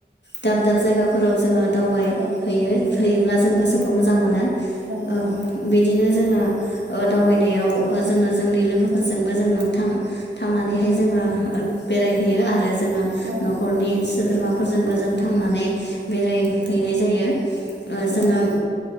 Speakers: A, on the left; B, on the right.
A: दाब दाब जायगा फोराव जोङो दावबायहैयो
B: औ
A: हैयोब्ला जों गोसोखौ मोजां मोना।
B: नंगौ
A: अ बिदिनो जोङो अ दावबायनायाव अ जोङो जोंनि लोगो फोरजोंबो जों थां थांनानैहाय जोङो अ बेरायहैयो आरो जोङो
B: औ
A: न'खरनि सोद्रोमाफोरजोंबो जों थांनानै बेरायहैनाय जायो। अ जोङो
B: औ नंगौ